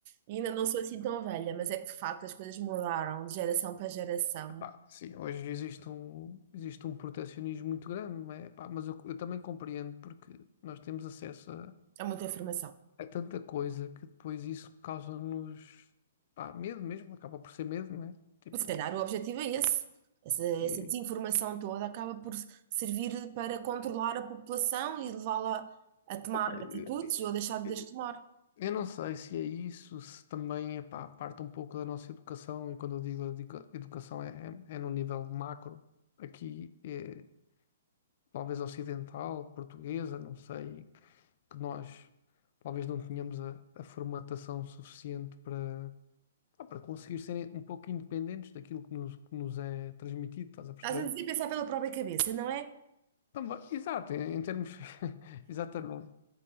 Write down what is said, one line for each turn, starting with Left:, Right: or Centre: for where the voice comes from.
Right: e ainda não sou assim tão velha, mas é que de facto as coisas mudaram de geração para geração.
Left: Epá, sim, hoje existe um, existe um protecionismo muito grande, não é? Epá, mas eu, eu também compreendo porque nós temos acesso
Right: Há muita informação.
Left: é tanta coisa que depois isso causa-nos pá, medo mesmo, acaba por ser medo, não é? Tipo,
Right: E se calhar o objetivo é esse. Essa,
Left: e,
Right: essa desinformação toda acaba por servir para controlar a população e levá-la a tomar
Left: epá, e-
Right: atitudes ou a deixar
Left: e-
Right: de as tomar.
Left: eu não sei se é isso, se também epá, parte um pouco da nossa educação, e quando eu digo educa- educação é, é, é no nível macro, aqui é, talvez ocidental, portuguesa, não sei, que nós talvez não tenhamos a, a formatação suficiente para, pá, para conseguir serem um pouco independentes daquilo que nos, que nos é transmitido, estás a perceber?
Right: Estás a dizer pensar pela própria cabeça, não é?
Left: Também, exato, em, em termos. <laughs> Exatamente.